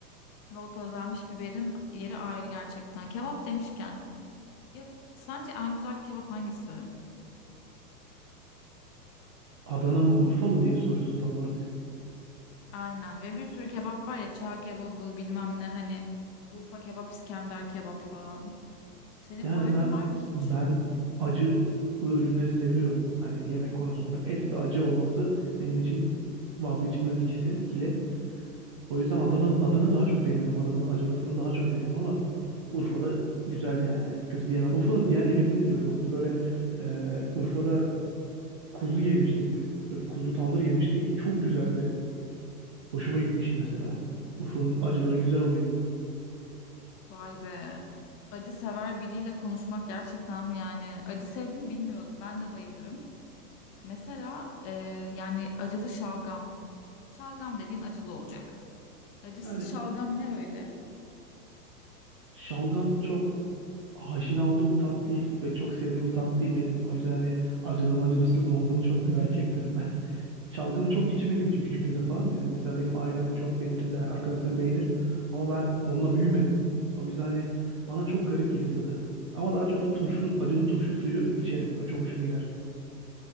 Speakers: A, on the left; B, on the right.
A: ve o közlenmiş biberin yeri ayrı gerçekten. Kebap demişken ya sence en güzel kebap hangisi?
B: Adana mı Urfa mı diye soruyorsun tam olarak.
A: Aynen ve bir sürü kebap var ya çağ kebabı bilmem ne hani Urfa kebap İskender kebap falan. Senin
B: Yani
A: favorin
B: ben
A: var mı hiç?
B: ben acı ürünleri seviyorum. Hani yemek konusunda et ve acı olması benim için vazgeçilmez ikisi, ikili. O yüzden Adana Adana'yı daha çok beğeniyorum. Adana'nın acılısını daha çok beğeniyorum ama Urfa'da güzel yani. Kötü diyemem. Urfa'nın diğer yemeklerini seviyorum aslında. Böyle e, Urfa'da kuzu yemiştik. Böyle kuzu tandır yemiştik. Çok güzeldi. Hoşuma gitmişti mesela. Urfa'nın acıları güzel oluyor.
A: Vay be. Acı sever biriyle konuşmak gerçekten yani acı sevdiğini bilmiyordum. Ben de bayılırım. Mesela e, yani acılı şalgam. Şalgam dediğin acılı olacak. Acısız
B: Yani
A: şalgam ne öyle?
B: Şalgam çok aşina olduğum bir tat değil ve çok sevdiğim bir tat değil benim. O yüzden hani acılı mı acımsız mı olduğunu çok merak etmiyorum ben. <laughs> Şalgamı çok içmediğim için küçüklüğümde falan bizim mesela benim ailem çok beğenir ve arkadaşlarım beğenir ama ben onunla büyümedim. O yüzden hani bana çok garip geliyor tadı. Ama daha çok turşu acılı turşu suyu içerim. Çok hoşuma gider.